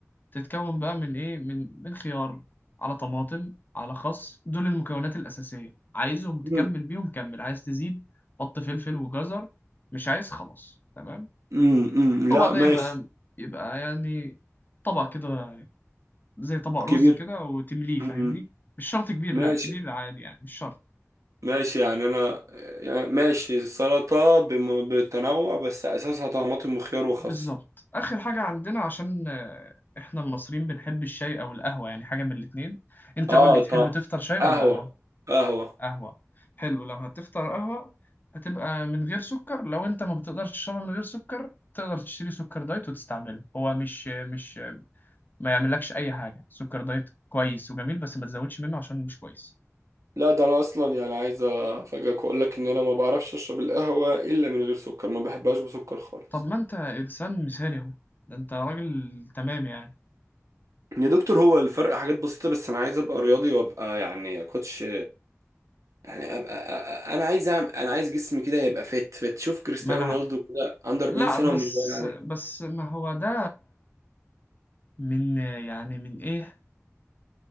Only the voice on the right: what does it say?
امم
امم
لا
ماشي
كبير
مم.
ماشي
ماشي يعني انا يعني ماشي السلطه بم- بتنوع بس اساسها طماطم وخيار وخس
اه
طب
قهوه
قهوه
لا ده انا اصلا يعني عايز افاجئك واقول لك ان انا ما بعرفش اشرب القهوه الا من غير سكر ما بحبهاش بسكر خالص
يا دكتور هو الفرق حاجات بسيطة بس أنا عايز أبقى رياضي وأبقى يعني كوتش يعني أبقى أنا عايز أعمل أنا عايز جسمي كده يبقى فت فت شوف كريستيانو
رونالدو كده عنده 40
سنة
ومش باين عليه